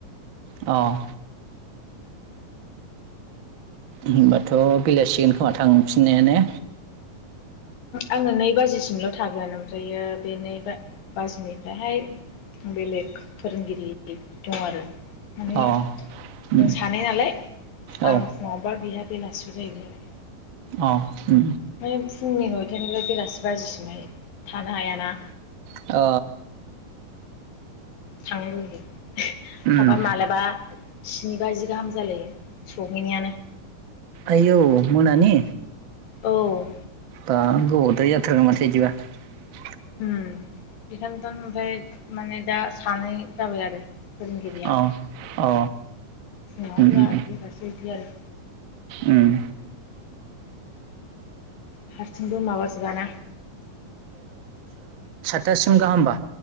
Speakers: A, on the right (about 80°); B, on the left (about 75°).
A: औ होनबाथ' बेलासिगोन खोमा थांफिननायानो
B: आङो नै बाजिसिमल' थागोन ओमफायो बे नै बाजिनिफ्रायहाय बेले। फोरोंगिरि दं आरो माने
A: अ
B: जों
A: उम
B: सानै नालाय
A: औ
B: आं फुङावबा बिहा बेलासि जायोम आरो
A: अ उ
B: माने फुंनि नयथायानिफ्राय बेलासि बाजिसिमहाय थानो हायाना
A: अ
B: सांलि
A: उम
B: थाबा मालाबा स्नि बाजि गाहाम जालायो सहैनायानो
A: आयौ मोनानि
B: औ
A: दा गदारि जाथखौ मसिजबा <unintelligible>
B: हम बेखायनोथ' ओमफ्राय माने दा सानै जाबाय आरो फोरोंगिरिया
A: औ औ
B: सिव
A: उम उम
B: एबासो बिदि आरो
A: उम
B: हारसिंबो माबाजोबाना
A: दासिम गाहामबा